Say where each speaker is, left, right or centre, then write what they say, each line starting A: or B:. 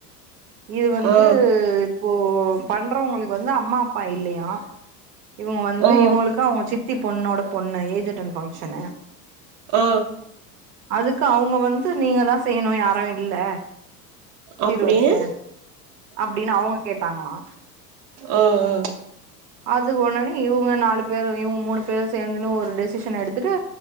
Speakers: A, on the right; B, on the right.
A: இது வந்து
B: ஆ
A: இப்போ பண்றவங்களுக்கு வந்து அம்மா அப்பா இல்லயா இவுங்க வந்து
B: ஆ ஆ
A: இவுங்களுக்கு அவுங்க சித் தி பொண்ணோட பொண்ணு ஏஜ் அட்டன் ஃபங்க்ஷனு
B: அ
A: அதுக்கு அவுங்க வந்து நீங்க தா செய்யணு யாரு இல்ல சீர்
B: அப்டின்னு
A: வருச அப்டின்னு அவுங்களு கேட்டாங்களா
B: அ அ
A: அது ஒடனே இவுங்க நாலு பேரு இவுங்க மூணு பேரு சேந்துன்னு ஒரு டெஸ் ஷிஸன் எடுத்துட்டு